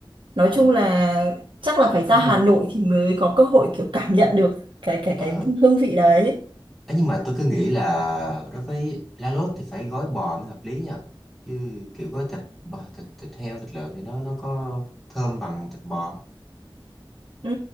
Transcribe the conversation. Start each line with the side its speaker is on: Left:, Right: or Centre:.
Right: Nói
Centre: ờ
Right: chung là chắc là phải ra
Centre: ấy nhưng
Right: Hà
Centre: mà
Right: Nội thì mới có cơ hội kiểu cảm nhận được cái cái
Centre: ờ
Right: cái hương vị đấy.
Centre: Ấy, nhưng mà tôi cứ nghĩ là đối với lá lốt thì phải gói bò mới hợp lý nha chứ kiểu gói thịt bò, thịt thịt heo thịt lợn thì nó nó có thơm bằng thịt bò không?
Right: Ừ,